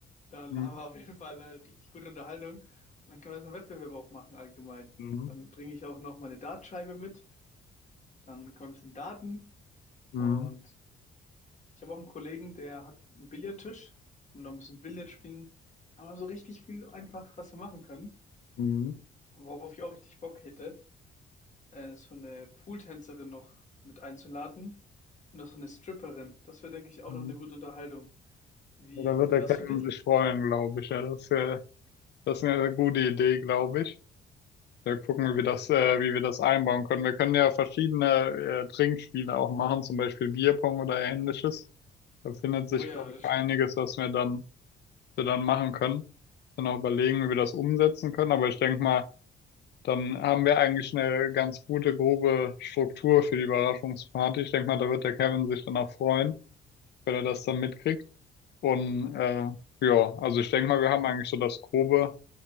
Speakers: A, on the left; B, on the left.
A: Dann
B: Mhm.
A: haben wir auf jeden Fall eine richtig gute Unterhaltung. Und dann können wir so einen Wettbewerb auch machen allgemein.
B: Mhm.
A: Dann bringe ich auch noch meine Dartscheibe mit. Dann können wir ein bisschen daten.
B: Mhm.
A: Und ich habe auch einen Kollegen, der hat einen Billardtisch. Und noch ein bisschen Billard spielen. Aber so richtig viel einfach, was wir machen können.
B: Mhm.
A: Worauf ich auch richtig Bock hätte, äh, so eine Pooltänzerin noch mit einzuladen. Und auch so eine Stripperin. Das wäre, denke ich, auch
B: Mhm.
A: noch eine gute Unterhaltung. Wie
B: Ja, Da wird
A: klingt
B: der
A: das
B: Kevin
A: für dich?
B: sich freuen, glaube ich. Ja, das, äh, das ist eine gute Idee, glaube ich. Da gucken wir, wie das, äh, wie wir das einbauen können. Wir können ja verschiedene äh, Trinkspiele auch machen, zum Beispiel Bierpong oder ähnliches. Da findet sich,
A: Oh ja,
B: glaube
A: das
B: ich, einiges,
A: stimmt.
B: was wir dann wir dann machen können. Dann auch überlegen, wie wir das umsetzen können. Aber ich denke mal, dann haben wir eigentlich eine ganz gute, grobe Struktur für die Überraschungsparty. Ich denke mal, da wird der Kevin sich dann auch freuen, wenn er das dann mitkriegt. Und äh, ja, also ich denke mal, wir haben eigentlich so das Grobe.